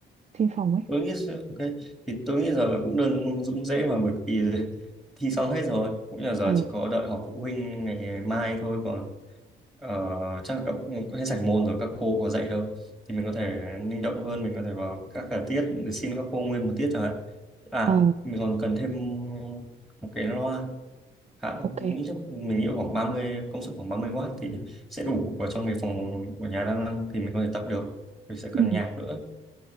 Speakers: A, on the right; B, in the centre.
A: xin phòng ấy
B: tôi nghĩ ok thì tôi nghĩ giờ cũng đơn cũng dễ mà bởi vì <laughs> thi xong hết rồi cũng như là giờ
A: ờ
B: chỉ có đợi họp phụ huynh ngày mai thôi còn ờ, chắc là các cũng hết sạch môn rồi các cô có dạy đâu thì mình có thể linh động hơn mình có thể vào các cả tiết để xin các cô nguyên một tiết chẳng hạn à
A: ờ
B: mình còn cần thêm một cái loa khá mình
A: ok
B: nghĩ chắc mình nghĩ khoảng 30 công suất khoảng ba mươi w thì sẽ đủ vào trong cái phòng của nhà đang năng thì mình có thể tập được mình sẽ
A: Ừ.
B: cần nhạc nữa